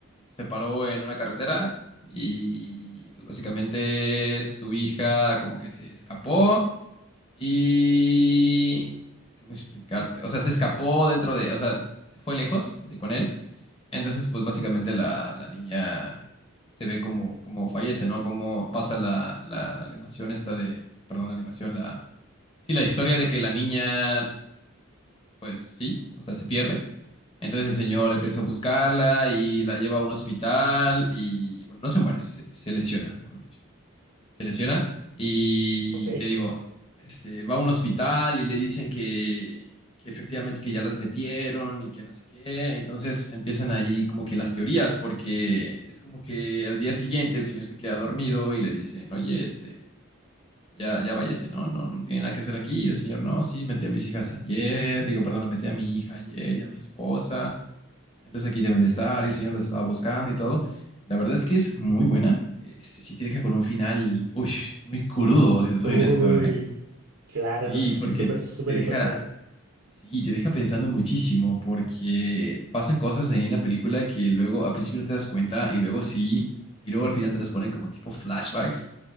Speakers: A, on the left; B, on the right.
A: se paró en una carretera y pues básicamente su hija como que se escapó y... ¿Cómo explicarte? O sea, se escapó dentro de... O sea, se fue lejos de con él. Entonces pues básicamente la, la niña se ve como, como fallece, ¿no? Como pasa la, la animación esta de... Perdón, la animación, la... Sí, la historia de que la niña pues sí, o sea, se pierde. Entonces el señor
B: Ok,
A: empieza a buscarla y la lleva a un hospital y, bueno, no se muere, se, se lesiona, mejor dicho. Se lesiona y
B: ok.
A: te digo, este, va a un hospital y le dicen que, que efectivamente que ya las metieron y que no sé qué. Entonces empiezan ahí como que las teorías, porque es como que al día siguiente el señor se queda dormido y le dicen, oye, este ya, ya váyase, ¿no? No, no tiene nada que hacer aquí. Y el señor, no, sí, metí a mis hijas ayer, digo, perdón, metí a mi hija ayer y a mi esposa. Entonces aquí deben de estar, y el señor los estaba buscando y todo. La verdad es que es muy buena. Este, sí te deja con un final, uy, muy crudo, si te soy
B: Uy,
A: honesto, ¿eh?
B: claro,
A: Sí,
B: eso es súper,
A: porque
B: súper
A: te deja,
B: importante.
A: sí, te deja pensando muchísimo, porque pasan cosas ahí en la película que luego al principio no te das cuenta y luego sí, y luego al final te las ponen como tipo flashbacks.